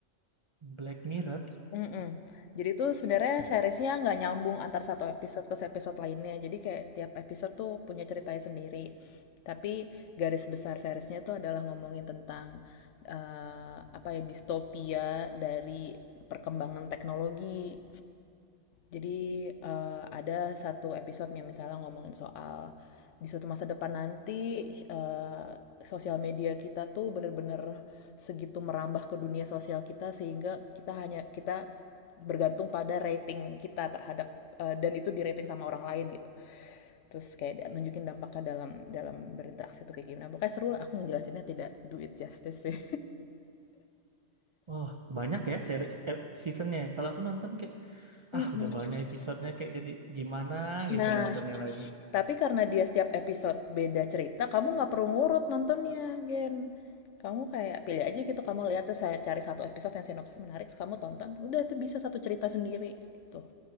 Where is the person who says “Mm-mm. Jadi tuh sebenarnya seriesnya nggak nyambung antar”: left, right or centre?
Left